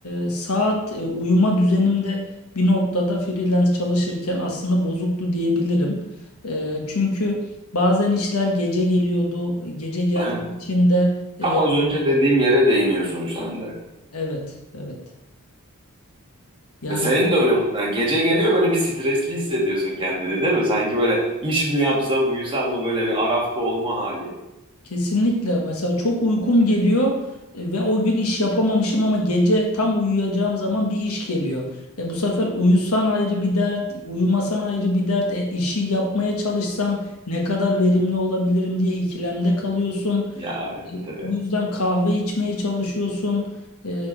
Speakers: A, on the left; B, on the right.
A: e, saat e, uyuma düzenimde bir noktada freelance çalışırken aslında bozuktu diyebilirim. Ee, çünkü bazen işler gece geliyordu gece geldiği
B: Daha-
A: için de e,
B: Tam az önce dediğim yere değiniyorsun sen de.
A: evet evet yani.
B: E senin de öyle mutlaka. Gece geliyor böyle bir stresli hissediyorsun kendini değil mi? Sanki böyle iş mi yapsam uyusam mı böyle bir arafta olma hali.
A: Kesinlikle. Mesela çok uykum geliyor e, ve o gün iş yapamamışım ama gece tam uyuyacağım zaman bir iş geliyor. E bu sefer uyusan ayrı bir dert, uyumasan ayrı bir dert. E işi yapmaya çalışsan ne kadar verimli olabilirim diye ikilemde kalıyorsun.
B: Ya evet
A: E,
B: evet.
A: o yüzden kahve içmeye çalışıyorsun. E,